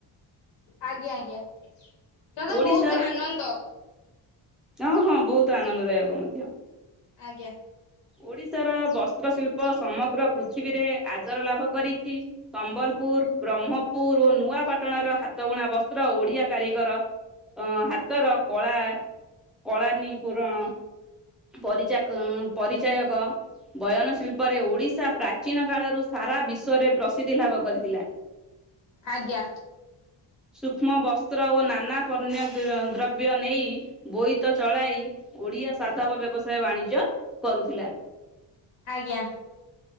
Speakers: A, on the left; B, in the centre.
A: ଆଜ୍ଞା ଆଜ୍ଞା। ତୋର ତ
B: ଓଡ଼ିଶାର
A: ବହୁତ ଆନନ୍ଦ।
B: ହଁ ହଁ ବହୁତ। ବହୁତ ଆନନ୍ଦଦାୟକ ମଧ୍ୟ।
A: ଆଜ୍ଞା।
B: ଓଡିଶାର ବସ୍ତ୍ରଶିଳ୍ପ ସମଗ୍ର ପୃଥିବୀରେ ଆଦର ଲାଭ କରିଛି ସମ୍ବଲପୁର ବ୍ରହ୍ମପୁର ଓ ନୂଆପାଟଣାର ହାତବୁଣା ବସ୍ତ୍ର ଓଡ଼ିଆ କାରିଗର ହାତର କଳା କଳାନୀ ପୂରଣ ପରିଚା ପରିଚାୟକ ବୟନ ଶିଳ୍ପରେ ଓଡିଶା ପ୍ରାଚୀନ କାଳରୁ ସାରା ବିଶ୍ଵରେ ପ୍ରସିଦ୍ଧି ଲାଭ କରିଥିଲା।
A: ଆଜ୍ଞା।
B: ସୂଷ୍ମ ବସ୍ତ୍ର ଓ ନାନା ପନ୍ୟ୍ ଦ୍ରବ୍ୟ ନେଇ ବୋଇତ ଚଳାଇ ଓଡ଼ିଆ ସାଧବ ବ୍ୟବସାୟ ବାଣିଜ୍ୟ କରୁଥିଲା।
A: ଆଜ୍ଞା।